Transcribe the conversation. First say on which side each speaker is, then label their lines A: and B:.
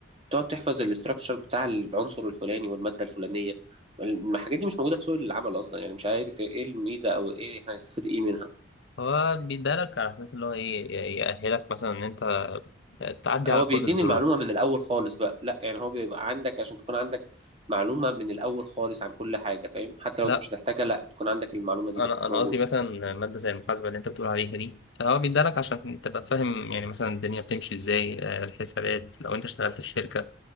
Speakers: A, on the right; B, on the left.
A: تقعد تحفظ الاستراكشر بتاع العنصر الفلاني والمادة الفلانية الحاجات دي مش موجودة في سوق العمل أصلا يعني مش عارف إيه الميزة أو إيه إحنا هنستفيد إيه منها
B: هو بيدالك على اساس اللي هو ايه ي- يأهلك مثلا ان انت تعدي
A: هو
B: على كل
A: بيديني
B: الظروف
A: المعلومة من الأول خالص بقى لا يعني هو بيبقى عندك عشان تكون عندك معلومة من الأول خالص عن كل حاجة فاهم حتى لو
B: لا
A: أنت مش هتحتاجها لا تكون عندك المعلومة دي
B: انا
A: بس
B: انا
A: موجودة
B: قصدي مثلا ماده زي المحاسبه اللي انت بتقول عليها دي هو بيدالك عشان تبقى فاهم يعني مثلا الدنيا بتمشي ازاي آه، الحسابات لو انت اشتغلت في شركه